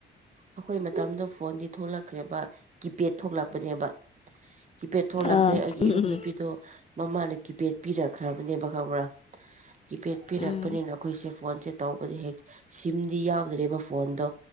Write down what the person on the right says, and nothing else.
ꯑꯩꯈꯣꯏ ꯃꯇꯝꯗ ꯐꯣꯟꯗꯤ ꯊꯣꯛꯂꯛꯈ꯭ꯔꯦꯕ ꯀꯤꯄꯦꯗ ꯊꯣꯛꯂꯛꯄꯅꯦꯕ ꯀꯤꯐꯦꯠ ꯊꯣꯛꯂꯛꯈ꯭ꯔꯦ
ꯑꯩꯒꯤ
ꯏꯔꯨꯞ
ꯅꯨꯄꯤꯗꯣ ꯃꯃꯥꯅ ꯀꯤꯄꯦꯗ ꯄꯤꯔꯛꯈ꯭ꯔꯕꯅꯦꯕ ꯈꯪꯕ꯭ꯔꯥ ꯀꯤꯄꯦꯗ ꯄꯤꯔꯛꯄꯅꯤꯅ
ꯑꯩꯈꯣꯏꯁꯦ ꯐꯣꯟꯁꯦ ꯇꯧꯕꯗꯤ ꯍꯥꯏ ꯁꯤꯝꯗꯤ ꯌꯥꯎꯗ꯭ꯔꯦꯕ ꯐꯣꯟꯗꯣ